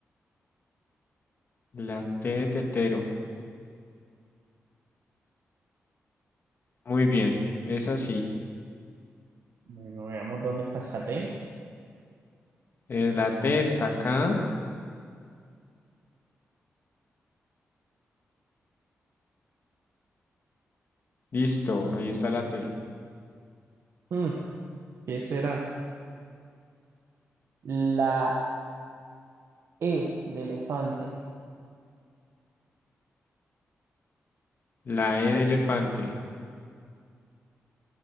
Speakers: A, on the left; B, on the right.
A: La T de tetero. Muy bien. Es así.
B: Bueno, veamos dónde está esa T.
A: Eh, la T está acá. Listo. Ahí está la T.
B: Mm, ¿qué será? La E de elefante.
A: La E de elefante.